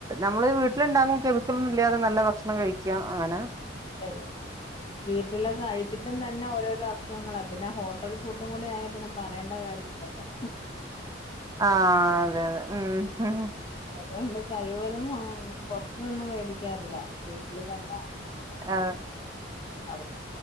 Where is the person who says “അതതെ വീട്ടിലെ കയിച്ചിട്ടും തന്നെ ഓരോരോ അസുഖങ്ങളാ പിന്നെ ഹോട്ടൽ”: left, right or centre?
Left